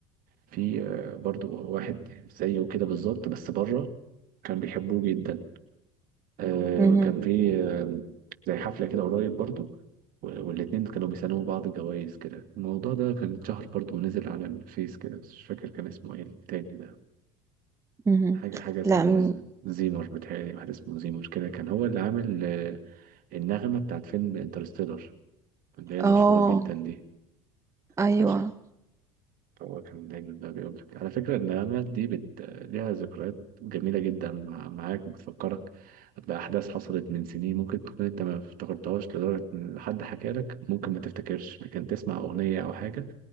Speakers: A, on the right (about 55°); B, on the right (about 15°).
A: في آه، برضو واحد زيه كده بالظبط بس بره كان بيحبوه جدا آه،
B: مهم.
A: وكان في آه، زي حفلة كده قريب برضو و- والاتنين كانوا بيسلموا بعض جوائز كده الموضوع ده كان اتشهر برضو ونزل على الفيس كده بس مش فاكر كان اسمه ايه التاني ده
B: مهم.
A: حاجة حاجة اسمه
B: لا مم.
A: ز- زيمر بتهيألي واحد اسمه زيمر كده كان هو اللي عامل آه، النغمة بتاعت فيلم انترستيلر اللي هي المشهورة
B: اه
A: جدا دي
B: ايوه
A: عشان فهو كان دايما بقى بيقول لك على فكرة إن الندامات دي بت... ليها ذكريات جميلة جدا مع... معاك وبتفكرك بأحداث حصلت من سنين ممكن تكون أنت ما افتكرتهاش لدرجة إن حد حكى لك ممكن ما تفتكرش لكن تسمع أغنية أو حاجة